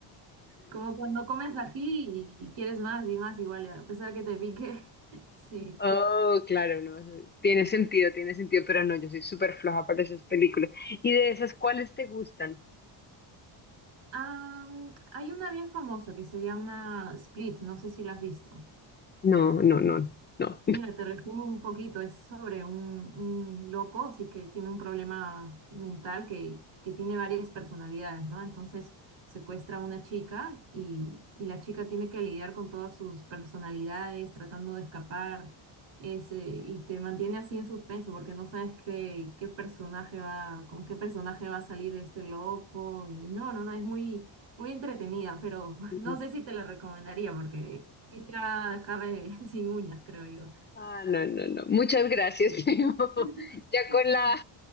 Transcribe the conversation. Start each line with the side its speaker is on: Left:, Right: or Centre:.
Right: Como cuando comes ají y quieres más y más, igual, a pesar que te pique, <laughs> sí.
Left: Oh, claro, no, eso tiene sentido, tiene sentido, pero no, yo soy súper floja para esas películas. ¿Y de esas cuáles te gustan?
Right: Ah, hay una bien famosa que se llama Split, no sé si la has visto.
Left: No, no, no, no.
Right: Mira, te resumo un poquito, es sobre un, un loco, así que tiene un problema mental que, que tiene varias personalidades, ¿no? Entonces secuestra a una chica y, y la chica tiene que lidiar con todas sus personalidades, tratando de escapar, ese, y te mantiene así en suspenso porque no sabes qué, qué personaje va, con qué personaje va a salir este loco, y no, no, no, es muy, muy entretenida, pero <laughs>
Left: <laughs>
Right: no sé si te la recomendaría porque sí te va a dejar eh, <laughs> sin uñas, creo yo.
Left: Ah, no, no, no. Muchas gracias, <laughs> primo.
Right: <laughs>
Left: Ya con la,